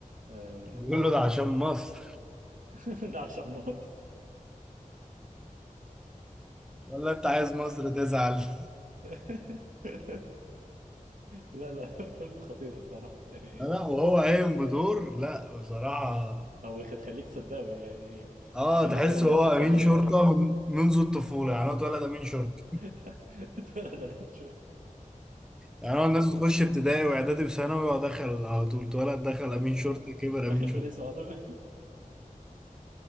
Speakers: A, on the right; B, in the centre.
A: آه،
B: بيقول له ده عشان مصر
A: <laughs> ده عشان مصر
B: <laughs> ولا انت عايز مصر تزعل <laughs>
A: <laughs> لا لا فيلم خطير الصراحة يعني
B: لا وهو قايم بدور لا بصراحة
A: هو يخ- يخليك تصدقه يعني
B: اه
A: يخليك
B: تحس
A: تبقى مبسوط
B: هو امين
A: لما مات
B: شرطه من منذ الطفوله يعني هو اتولد امين شرطه
A: <laughs> اتولد عليه شوف
B: يعني هو الناس بتخش ابتدائي واعدادي وثانوي هو دخل على طول اتولد دخل
A: آه،
B: امين شرطه كبر
A: دخل
B: امين
A: في
B: شرطه
A: الاسم على طول <laughs>